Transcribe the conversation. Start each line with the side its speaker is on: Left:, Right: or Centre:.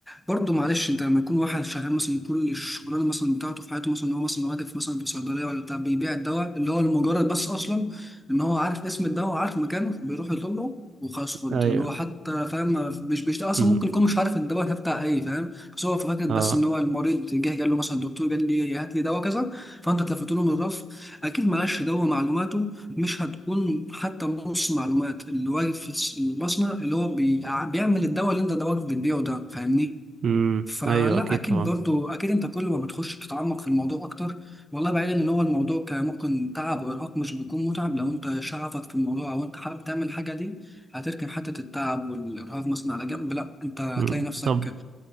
Centre: برضه معلش انت لما يكون واحد شغال مثلا كل الشغلانه مثلا بتاعته في حياته مثلا ان هو مثلا واقف مثلا في صيدليه ولا بتاع بيبيع الدواء اللي هو لمجرد بس اصلا ان هو عارف اسم الدواء وعارف مكانه بيروح يطلبه وخلاص خد
Right: أيوه
Centre: اللي هو حتى فاهم مش بيشتغل اصلا
Right: امم
Centre: ممكن يكون مش عارف الدواء ده بتاع ايه فاهم بس هو فكرة بس
Right: اه
Centre: ان هو المريض جه قال له مثلا الدكتور قال لي هات لي دواء كذا فانت تلفت له من الرف اكيد معلش دواء معلوماته مش هتكون حتى نص معلومات اللي واقف في الس- المصنع اللي هو بيع- بيعمل الدواء اللي انت دواك بتبيعه ده فاهمني
Right: امم
Centre: فلا
Right: أيوه أكيد
Centre: اكيد
Right: طبعا
Centre: برضو اكيد انت كل ما بتخش بتتعمق في الموضوع اكتر والله بعيدا ان هو الموضوع كان ممكن تعب وارهاق مش بيكون متعب لو انت شغفك في الموضوع او انت حابب تعمل الحاجه دي هتركن حته التعب والارهاق مثلا على جنب لا انت هتلاقي
Right: امم
Centre: نفسك
Right: طب